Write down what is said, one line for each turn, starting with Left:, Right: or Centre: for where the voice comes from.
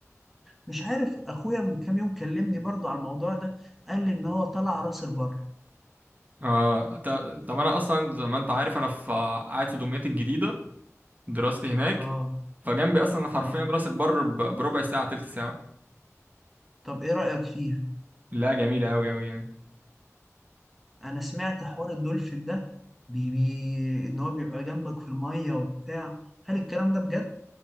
Centre: مش عارف اخويا من كام يوم كلمني برضو على الموضوع ده قال لي ان هو طلع راس البر
Right: اه ت- طب انا اصلا زي ما انت عارف انا في قاعد في دمياط الجديده دراستي هناك
Centre: اه
Right: فجنبي اصلا حرفيا
Centre: اه
Right: راس البر ب- بربع ساعه تلت ساعه
Centre: طب ايه رأيك فيها
Right: لا جميله قوي قوي يعني
Centre: انا سمعت حوار الدولفين ده بي بي ان هو بيبقى جنبك في الميه وبتاع هل الكلام ده بجد